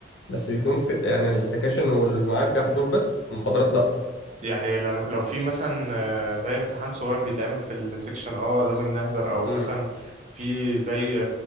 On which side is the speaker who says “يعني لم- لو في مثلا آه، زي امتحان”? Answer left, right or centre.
Right